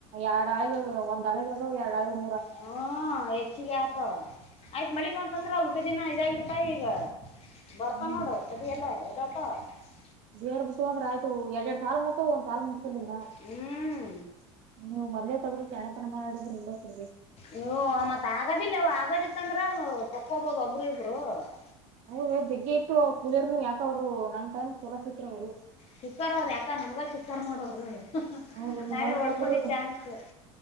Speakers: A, on the right (about 50°); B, on the left (about 40°).
A: ಎರಡಾಳು ಆಗೋದು, ಒಂದಾಳು, ಹಾಗೊಂದು ಎರಡಾಳು. <inaudible>
B: ಹ, ಹೆಚ್ಚಿಗೆ, ಆತ ಆಯ್ತ್ ಮಳಿ ಬಂತಂದ್ರ ಉಲ್ಟ ದಿನ ಇದಾಗಿರ್ತಾ ಈಗ. <unintelligible> ಬರ್ತಾವು,
A: ಹ್ಮ್
B: ನೋಡು ಸದಿಯಲ್ಲ ಇದಪ್ಪ? <unintelligible>
A: ಬೇರ್, ಬಿಟ್ಟು ಅಂದ್ರ ಆಯ್ತು! ಎರಡ್ ಎರಡ್ ಸಾಲ ಮುಟ್ಟು ಒಂದ್ ಸಾಲು, ಮುಗಿತಿರ್ಲಿಲ್ವಾ.
B: ಹ್ಞೂ
A: <unintelligible> ನೀವು, ಮೊದಲೇ, ತಗೋಬೇಕು, ಕಳ್ಳತನ ಮಾಡಿದರೆ. <unintelligible>
B: ಇ, ಮತ್, ತ್ ಆಗದಿಲ್ಲ ಆಗದಿತ್ತ, ಅಂದ್ರೆ! ತಕೊಬೋದು, ಒಬರು ಇಬ್ಬರು. <inaudible>
A: ಹೌದ, ಜಗ್ಗೆ ಇತ್ತು ಕುಳಿಯರ್ನು, ಯಾಕ ಅವ್ರು ನಮ್ ಟೈಮ್ ಕೆಲ್ಶಾಸಿತು, ಅವ್ರು. <inaudible>
B: ಸಿಕರಿಯವರು ಯಾಕ್ ನಮಗ ನೋಡವರು
A: ಹೌದು ಇಲ್ಲಿ
B: ನಾವೇ,
A: ಹೊಲಕ್
B: ಹೊಡ್ಕೊಂಡುವಿ,
A: ಬಂದ್ರು
B: ಚಾನ್ಸ್. <unintelligible>